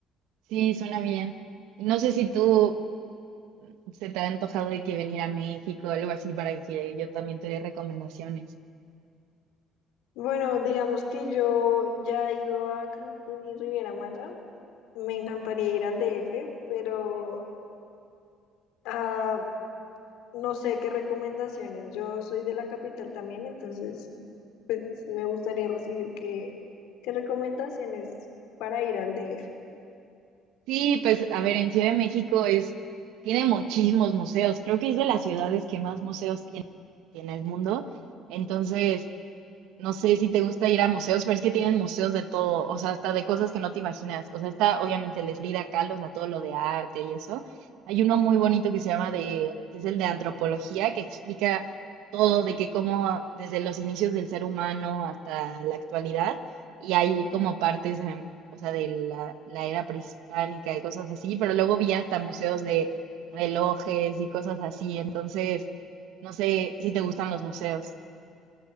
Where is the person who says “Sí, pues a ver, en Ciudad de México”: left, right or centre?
Right